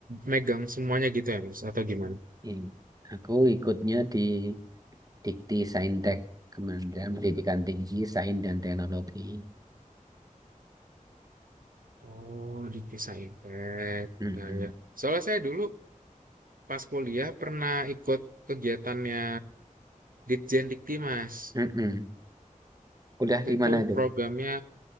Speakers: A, on the right; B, on the right.
A: megang semuanya gitu ya Mas atau gimana?
B: Ini. Aku ikutnya di Dikti Saintek, Kementerian Pendidikan Tinggi, Sains dan Teknologi.
A: Oh, dipisah impact.
B: Mm-mm.
A: Nah ya, soalnya saya dulu pas kuliah pernah ikut kegiatannya Ditjen Dikti Mas.
B: Mm-mm. Udah
A: Waktu
B: di
A: itu
B: mana itu?
A: programnya,